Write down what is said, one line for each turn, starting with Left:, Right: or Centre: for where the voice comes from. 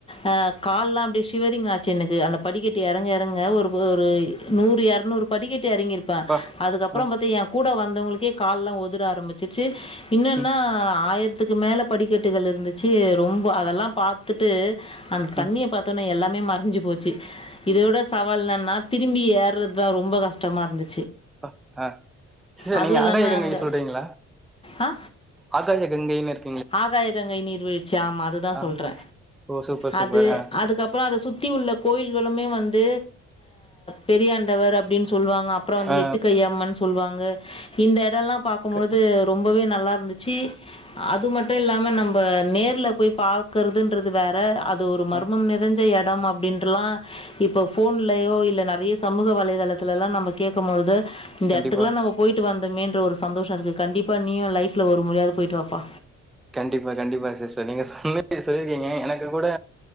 Left: அ கால்லா அப்டி ஸ் சிவரிங் ஆச்சு எனக்கு அந்த படிக்கட்டு இறங்க இறங்க ஒரு ஒரு நூறு எரநூறு படிக்கட்டு இறங்கிரு ப்ப
Centre: ஆ
Left: அதுக்கப்புறோ
Centre: ஆ
Left: பாத்தீ ஏ கூட வந்தவங்களுக்கே கால் எல்லா ஒதுர ஆரம்பிச்சிச்சு இன்னன்னா
Centre: ம்
Left: ஆயிரத்துக்கு மேல படிக்கட்டுகள் இருந்துச்சு ரொம்ப அதெல்லா பாத் துட்டு அந்த தண்ணிய
Centre: ம்
Left: பாத்தவுனே எல்லாமே மறைஞ்சு போச்சு இதோ விட சவால் என்னனா திரும்பி ஏற்றதா ரொம்ப கஷ்டமா இருந்து
Centre: ப்ப அ சிஸ்டர்
Left: அதுவும்
Centre: நீங்க
Left: இல்லாமல்
Centre: ஆகாய கங்கைல
Left: அங்கே
Centre: சொல்றீங்களா
Left: ஆ
Centre: ஆகாக கங்கைன்னர்
Left: ஆகாய கங்கை நீர் வீழ்ச்சு ஆமா அதுதா
Centre: ஆ
Left: சொல்றே
Centre: ஓ சூப்பர் சூப்பர்
Left: அது
Centre: ஆ
Left: அதுக்கப்புறோ அத சுத்தி உள்ள கோயில்களுமே வந்து பெரியாண்டவர் அப்டின் சொல்லுவாங்க அப் அப்புறோ வந்து
Centre: ஆ ஆ
Left: எட்டு கைய் அம்மன் சொல்லுவாங்க இந்த எடல்லா பாக்கும்பொழுது
Centre: க-
Left: ரொம்பவே நல்லா இருந்துச்சி அது மட்டு இல்லாம நம்ப நேர்ல போய் பாக்கறதுன்றது வேற அது ஒரு மர்மம்னேதன்
Centre: ஆ
Left: ஞ்ச எடம் அப்படின்றல்லா இப்ப ஃபோன்லயோ இல்ல நெறைய சமூக வலைதளத்துல ல்லா நம்ம கேட்குபோழுது இந்த
Centre: கண்டிப்பா.
Left: எடத்துக்கெலா நம்ம போய்ட்டு வந்தோமேன்ற ஒரு சந்தோஷோ இருக்கு கண்டிப்பா நீயு லைஃப்ல ஒரு முறையாவ்து போயிட்டு வாப்பா
Centre: கண்டிப்பா கண்டிப்பா சிஸ்டர் நீங்க சொன்னிங்க சொல்லிருக்கீங்க எனக்கு கூட